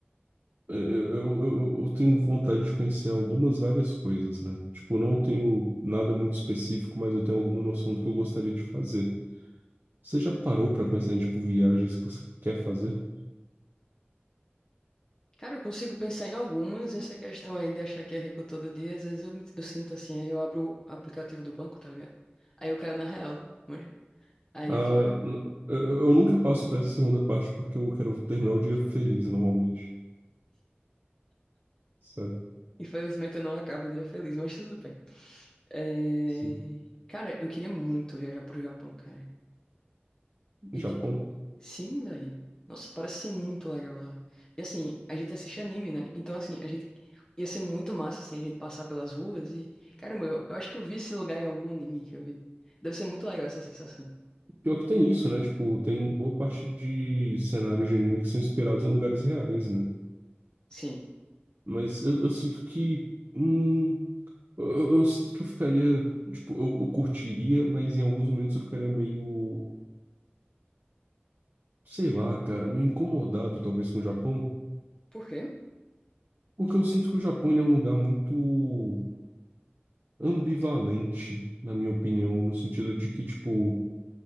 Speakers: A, on the right; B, on the left.
A: é, é, eu, eu, eu tenho vontade de conhecer algumas várias coisas, né? Tipo, eu não tenho nada muito específico, mas eu tenho alguma noção do que eu gostaria de fazer. Você já parou pra pensar em, tipo, viagens que você quer fazer?
B: Cara, eu consigo pensar em algumas. Essa questão aí de achar que é rico todo dia, às vezes eu, me- eu sinto assim, aí eu abro o aplicativo do banco, tá ligado? Aí eu caio na real, mas aí
A: Ah,
B: eu fico. <laughs>
A: n- eu eu nunca passo para essa segunda parte porque eu quero terminar o dia feliz normalmente, sabe?
B: Infelizmente eu não acabo o dia feliz, mas tudo bem. É,
A: Sim.
B: Cara, eu queria muito viajar pro Japão, cara. E
A: Japão.
B: tipo, sim, velho. Nossa, parece ser muito legal lá. E assim, a gente assiste anime, né? Então, assim, a gente ia ser muito massa, assim, a gente passar pelas ruas e. Caramba, eu, eu acho que eu vi esse lugar em algum anime que eu vi. Deve ser muito legal essa sensação.
A: Pior que tem isso, né? Tipo, tem boa parte de cenários de anime que são inspirados em lugares reais, né?
B: Sim.
A: Mas eu, eu sinto que. Hum, eu, eu- eu sinto que eu ficaria. Tipo, eu, eu curtiria, mas em alguns momentos eu ficaria meio. Sei lá, cara, meio incomodado talvez com o Japão.
B: Por quê?
A: Porque eu sinto que o Japão ele é um lugar muito. ambivalente, na minha opinião, no sentido de que, tipo,